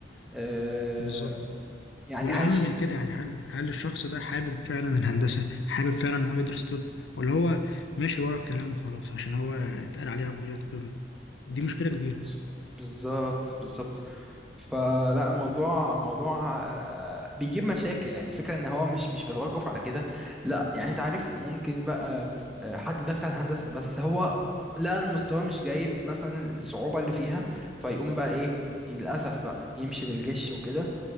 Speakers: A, in the centre; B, on the left.
A: آه
B: بالظبط
A: يعني
B: والاهم
A: هل
B: من
A: ش...
B: كده
A: م.
B: يعني هل هل الشخص ده حابب فعلا الهندسه حابب فعلا ان هو يدرس طب ولا هو ماشي ورا الكلام وخلاص عشان هو اتقال عليها كليه قمه دي
A: بالظبط
B: مشكله كبيره
A: بالظبط بالظبط فلا الموضوع موضوع آه، بيجيب مشاكل يعني الفكرة ان هو مش مش بتوقف على كده لا يعني انت عارف ممكن بقى آه، حد دخل هندسة بس هو لقى ان مستواه مش جايب مثلا الصعوبة اللي فيها فيقوم بقى ايه للأسف بقى يمشي بالغش وكده